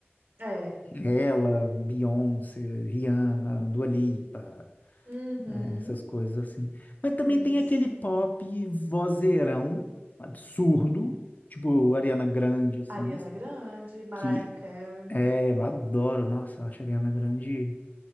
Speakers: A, on the right (about 50°); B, on the left (about 40°).
A: É.
B: Ela, Beyoncé, Rihanna, Dua Lipa.
A: Uhum.
B: né, essas coisas assim. Mas também
A: Isso.
B: tem aquele pop vozeirão absurdo, tipo Ariana Grande, assim,
A: Ariana Grande, Mariah
B: que
A: Carey.
B: é, eu adoro, nossa, acho a Ariana Grande,